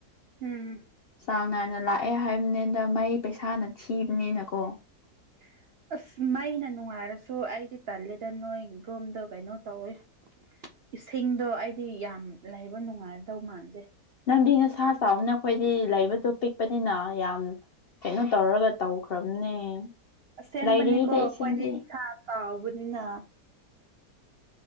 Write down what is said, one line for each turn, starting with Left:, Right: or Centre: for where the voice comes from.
Right: ꯎꯝ
Left: ꯆꯥꯡ ꯅꯥꯏꯅ ꯂꯥꯛꯑꯦ ꯍꯥꯏꯕꯅꯤꯗ ꯃꯩ ꯄꯩꯁꯥꯅ ꯊꯤꯕꯅꯤꯅꯀꯣ
Right: <unintelligible> ꯑꯁ ꯃꯩꯅ ꯅꯨꯡꯉꯥꯏꯔꯁꯨ ꯑꯩꯗꯤ ꯇꯜꯂꯦꯗ ꯅꯣꯏ ꯒ꯭ꯔꯣꯝꯗꯣ ꯀꯩꯅꯣ ꯇꯧꯋꯤ ꯏꯁꯤꯡꯗꯣ ꯑꯩꯗꯤ ꯌꯥꯝ ꯂꯩꯕ ꯅꯨꯡꯉꯥꯏꯗꯧ ꯃꯥꯟꯗꯦ
Left: ꯅꯪꯗꯤ ꯅꯁꯥ ꯆꯥꯎꯕꯅ ꯑꯩꯈꯣꯏꯗꯤ ꯂꯩꯕꯗꯨ ꯄꯤꯛꯄꯅꯤꯅ ꯌꯥꯝ ꯀꯩꯅꯣ ꯇꯧꯔꯒ ꯇꯧꯈ꯭ꯔꯕꯅꯦ
Right: ꯑꯁꯦꯡꯕꯅꯤꯀꯣ
Left: ꯂꯩꯔꯤꯗ ꯏꯁꯤꯡꯗꯤ
Right: ꯈ꯭ꯋꯥꯏꯗꯤ ꯏꯁꯥ ꯆꯥꯎꯕꯅꯤꯅ